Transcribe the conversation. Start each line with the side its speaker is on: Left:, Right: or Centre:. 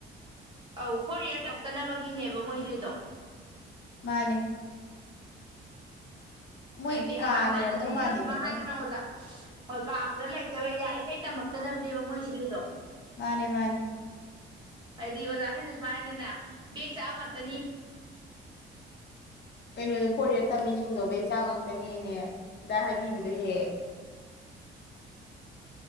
Right: ꯑꯧ ꯐꯣꯔꯠ ꯌꯥꯔ ꯇꯛꯇꯅꯕꯒꯤꯅꯦꯕ ꯃꯣꯏ ꯏꯂꯤꯗꯣ
Left: ꯃꯥꯅꯦ ꯃꯣꯏ
Right: ꯍꯥꯏꯗꯤ
Left: ꯀꯥ
Right: ꯍ ꯍꯥꯟꯅꯗꯩꯁꯨ
Left: ꯂꯩꯔꯝꯗꯧ ꯃꯥꯟꯗꯦ
Right: ꯁꯨꯃꯥ
Left: ꯐꯖꯅ
Right: ꯍꯥꯏꯗꯅ ꯑꯣꯖꯥ ꯍꯣꯏ ꯀꯥ ꯐꯖꯟ ꯂꯩ ꯌꯥꯔꯤꯈꯩ ꯇꯝꯃꯛꯇꯅꯕꯅꯦꯕ ꯃꯣꯏ ꯁꯤꯜꯂꯤꯗꯣ
Left: ꯃꯥꯅꯦ ꯃꯥꯅꯦ
Right: ꯍꯥꯏꯗꯤ ꯑꯣꯖꯥꯈꯩꯅ ꯁꯨꯃꯥꯏꯅ ꯍꯥꯏꯗꯅ ꯕꯦꯛ ꯆꯥꯕ ꯉꯥꯛꯇꯅꯤ
Left: ꯀꯩꯅꯣꯗ ꯐꯣꯔꯠ ꯇꯝꯃꯤꯁꯤꯡꯗꯣ ꯕꯦꯛ ꯆꯥꯕ ꯉꯥꯛꯇꯅꯦꯅꯦ ꯗꯥꯏ ꯍꯥꯏꯕꯤꯕꯗꯣ ꯍꯦꯛ ꯍꯦꯛ